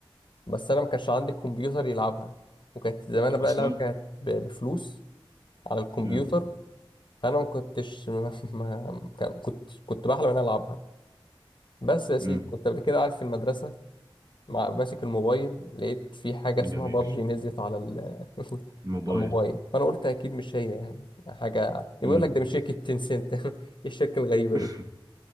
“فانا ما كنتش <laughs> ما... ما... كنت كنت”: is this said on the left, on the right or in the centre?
Left